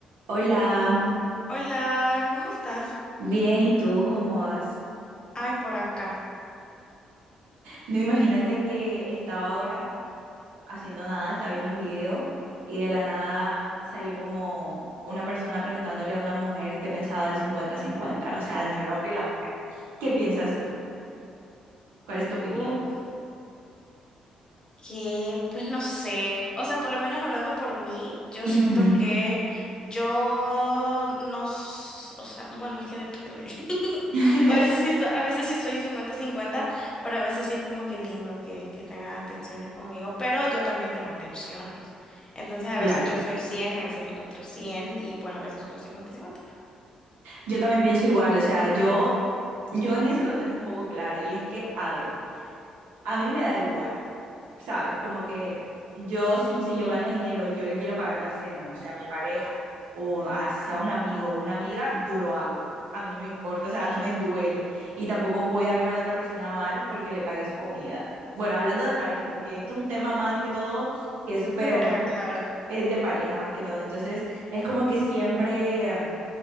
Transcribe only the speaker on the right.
Hola,
bien, ¿y tú cómo vas?
No, imagínate que estaba ahora haciendo nada, estaba viendo un video y de la nada salió como una persona preguntándole a una mujer qué pensaba del cincuenta-cincuenta, o sea, entre el hombre y la mujer. ¿Qué piensas tú? ¿Cuál es tu opinión?
Ujú.
<laughs>
Claro,
Yo también pienso igual, o sea, yo, yo en eso lo tengo un poco claro y es que, a ver, a mí me da igual. ¿sabes? Como que yo, si, si yo gano dinero y yo le quiero pagar la cena, no sé, a mi pareja, o a, si sea un amigo o una amiga, yo lo hago. A mí no me importa, o sea, no me duele. Y tampoco voy a ver a otra persona mal porque le pagué su comida. Bueno, hablando de pareja, porque esto es un tema más que todo que es súper,
es de pareja más que todo. Entonces, es como que siempre